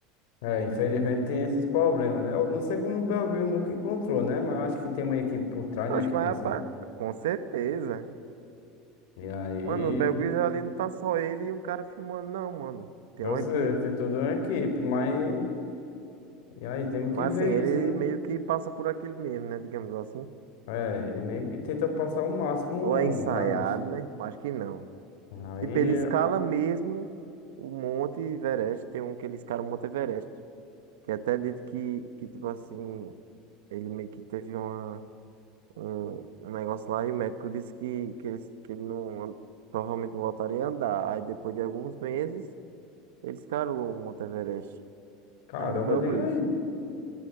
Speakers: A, on the left; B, on the right.
A: É, infelizmente tem esses problemas, né? Eu não sei como o Belville nunca encontrou, né? Mas eu acho que tem uma equipe por trás, né?
B: Oxe,
A: Que
B: mas
A: consegue.
B: rapaz, com certeza.
A: E aí,
B: Mano, o Belguiz ali não tá só ele e um cara filmando, não, mano. Tem
A: eu
B: uma
A: sei,
B: equipe.
A: tem toda uma equipe, mas. E aí, temos
B: Mas
A: que ver
B: assim, ele
A: isso, né?
B: meio que passa por aquilo mesmo, né? Digamos assim.
A: É, ele meio que tenta passar o máximo
B: Ou é ensaiado,
A: realista.
B: né? Acho que não.
A: Aí,
B: Tipo, ele escala mesmo o Monte Everest. Tem um que ele escala o Monte Everest. Que é até dito que, que tipo assim, ele meio que teve uma, um, um negócio lá e o médico disse que, que, ele, que ele não, provavelmente não voltaria a andar. Aí depois de alguns meses. Eles caram o Monte Everest.
A: caramba,
B: Aí era o Bear
A: diga
B: Grylls.
A: aí.